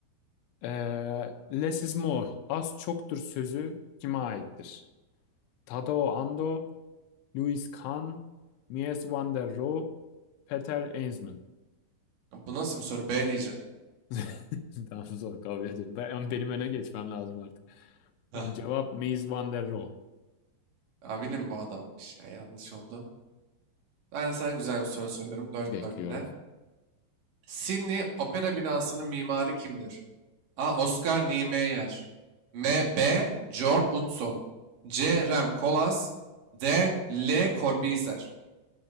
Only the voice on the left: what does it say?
Ee, less is more. Az çoktur sözü kime aittir? Tadao Ando, Louis Kahn, Mies van der Rohe, Peter Eensman.
<laughs> Tamam zor kabul ediyorum. Ben, benim öne geçmem lazım artık.
Tamam, cevap Mies van der Rohe.
Bekliyorum.